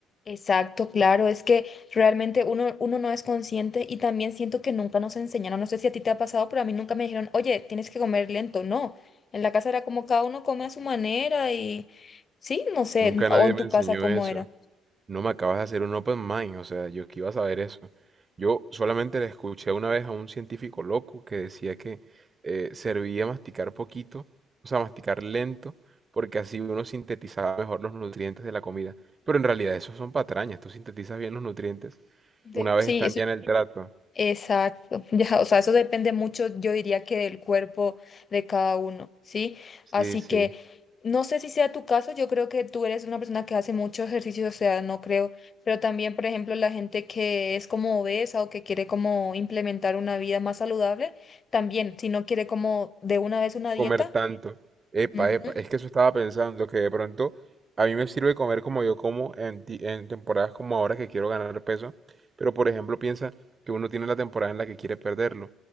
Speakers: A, on the left; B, on the right.
A: Exacto, claro, es que realmente uno, uno no es consciente y también siento que nunca nos enseñaron, no sé si a ti te ha pasado, pero a mí nunca me dijeron, oye, tienes que comer lento, no, en la casa era como cada uno come a su manera y sí, no sé,
B: Nunca
A: o
B: nadie
A: en
B: me
A: tu
B: enseñó
A: casa cómo
B: eso.
A: era.
B: No me acabas de hacer un open mind, o sea, yo que iba a saber eso. Yo solamente le escuché una vez a un científico loco que decía que eh, servía masticar poquito, o sea, masticar lento, porque así uno sintetizaba mejor los nutrientes de la comida. Pero en realidad eso son patrañas, tú sintetizas bien los nutrientes
A: De-
B: una vez
A: sí,
B: están
A: eso-
B: ya en el trato.
A: Exacto, <laughs> ya, o sea, eso depende mucho, yo diría que del cuerpo de cada uno, ¿sí?
B: Sí,
A: Así
B: sí.
A: que no sé si sea tu caso, yo creo que tú eres una persona que hace mucho ejercicio, o sea, no creo, pero también, por ejemplo, la gente que es como obesa o que quiere como implementar una vida más saludable, también, si no quiere como de una vez una dieta,
B: Comer tanto. Epa,
A: ujú,
B: epa, es que eso estaba pensando, que de pronto a mí me sirve comer como yo como en, ti- en temporadas como ahora que quiero ganar peso, pero por ejemplo piensa que uno tiene la temporada en la que quiere perderlo.